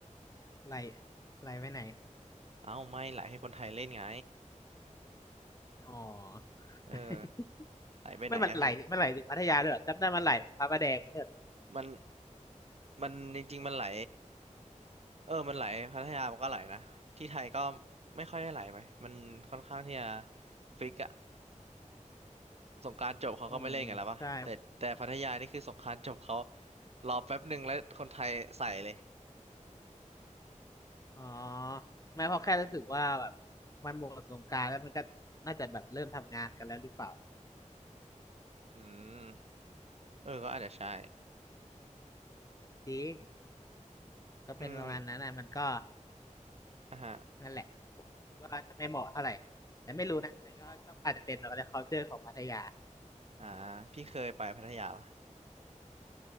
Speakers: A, on the left; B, on the right.
A: ไหลไหลไปไหน
B: เอ้าไม่ไหลให้คนไทยเล่นไง
A: อ๋อ
B: เออ
A: <laughs>
B: ไหลไปไหนอะพี่
A: ไม่มันไหลมันไหลถึงพัทยาเลยเหรอจำได้มันไหลพระประแดงไหม
B: มันมันจริงๆมันไหลเออมันไหลพัทยามันก็ไหลนะที่ไทยก็ไม่ค่อยได้ไหลไหมมันค่อนข้างที่จะฟิกอะ สงกรานต์จบเขาก็ไม่เล่นกันแล้วปะแต่แต่พัทยานี่คือสงกรานต์จบเขา
A: อืมใช่
B: รอแป๊บหนึ่งแล้วคนไทยใส่เลย
A: อ๋อไม่เพราะแค่รู้สึกว่าแบบมันหมดสงกรานต์แล้วมันก็น่าจะแบบเริ่มทำงานกันแล้วหรือเปล่า
B: อืมเออก็อาจจะใช่
A: จริงก็เป็นประมาณนั้นนะมันก็
B: อืมอ่ะฮะ
A: นั่นแหละว่าจะไม่เหมาะเท่าไหร่แต่ไม่รู้นะแต่ก็ต้องอาจจะเป็นอะไร culture ของพัทยา
B: อ่าพี่เคยไปพัทยาปะ